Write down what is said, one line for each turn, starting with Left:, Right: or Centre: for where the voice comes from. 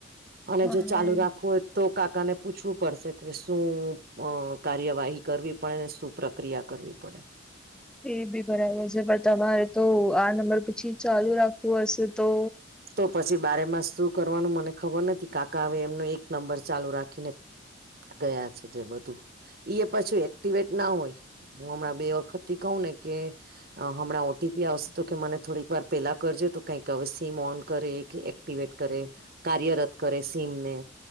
Right: અને જો
Centre: હા
Right: ચાલુ
Centre: એ
Right: રાખવું હોય. તો કાકાને પૂછવું પડશે કે, શું કાર્યવાહી કરવી પડે ને? શું પ્રક્રિયા? કરવી પડે.
Centre: એ બી બરાબર છે, પણ તમારે તો આ નંબર પછી ચાલુ રાખવું હશે તો.
Right: તો પછી બારે મા શું કરવાનું, મને ખબર નથી, કાકા હવે એમનો એક નંબર ચાલુ રાખીને. ગયા છે, જે બધું પછું એક્ટિવેટ ના હોય. હું હમણાં બે વખત થી કહે ને કે. હમણાં ઓટીપી આવશે તો કે, મને થોડીક વાર પેલા કરજે, તો કઈક હવે સીમ ઓન. કરે કે, એક્ટિવેટ કરે, કાર્યરત કરે, સીમને